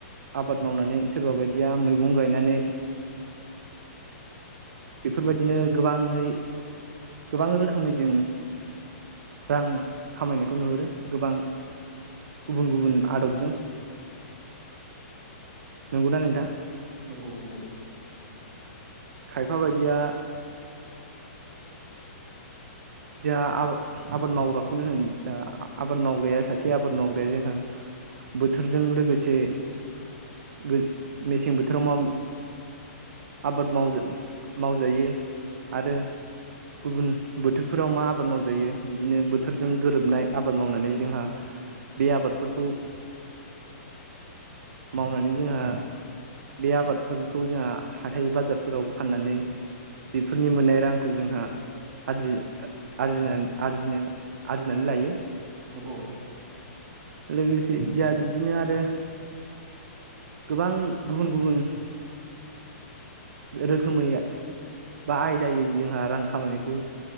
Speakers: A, on the right; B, on the right.
A: आबाद मावनानै सोरबा बायदिया मैगं गायनानै बेफोरबायदिनो गोबाङै गोबां रोखोमै जों रां खामायनायखौ नुहुरो गोबां गुबुन गुबुन आदबजों नंगौना नोंथां?
B: नंगौ नंगौ।
A: खायफा बायदिया जा आ आबाद मावग्रा बेखौनो होन आबाद मावग्राया सासे आबाद मावग्राया जोंहा बोथोरजों लोगोसे जे गो मेसें बोथोराव मा आबाद मावज मावजायो आरो गुबुन बो बोथोरफोराव मा आबाद मावजायो बिदिनो बोथोरजों गोरोबनाय आबाद मावनानै जोंहा बे आबादफोरखौ मावनानै जोंहा बे आबादफोर खौ जोंहा हाथाइ बाजारफोराव फाननानै बेफोरनि मोननाय रां खौ जोंहा आरजि आरजि आरजिनो आरजिनानै लायो
B: नंगौ।
A: लोगोसे जाहा बिब्दिनो आरो गोबां गुबुन गुबुन रोखोमै बा आयदायै जोंहा रां खामायनायखौ